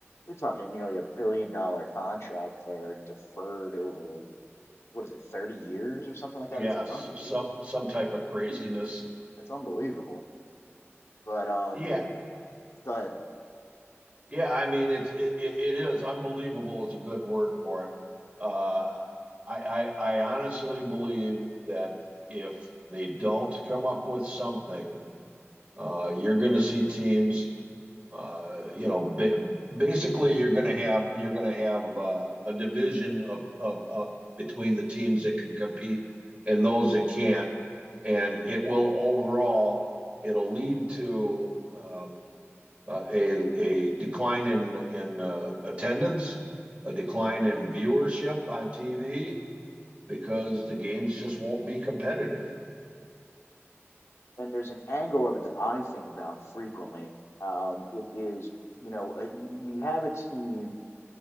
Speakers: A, on the left; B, on the right.
A: you're talking nearly a billion dollar contract there deferred over what is it, 30 years or something like
B: Yes,
A: that. It's it's unbelievable.
B: some some type of craziness.
A: It's unbelievable. But um
B: Yeah,
A: but
B: Yeah, I mean it's it, it is unbelievable is a good word for it. Uh, I, I I honestly believe that if they don't come up with something, uh, you're going to see teams. Uh, you know, ba- basically you're going to have you're going to have uh, a division of, of uh, between the teams that can compete and those that can't, and it will overall it'll lead to uh, uh, a a decline in in uh, attendance, a decline in viewership on TV because the games just won't be competitive.
A: and there's an angle of it that I think about frequently. Um, it is, you know, uh, you you have a team